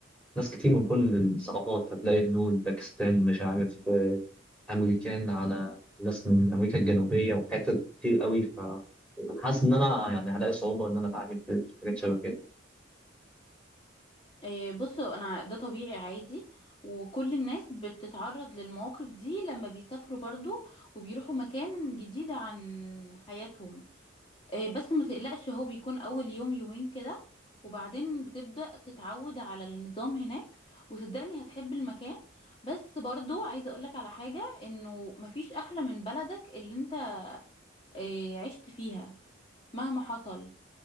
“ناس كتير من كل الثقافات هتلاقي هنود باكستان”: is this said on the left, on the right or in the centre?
Centre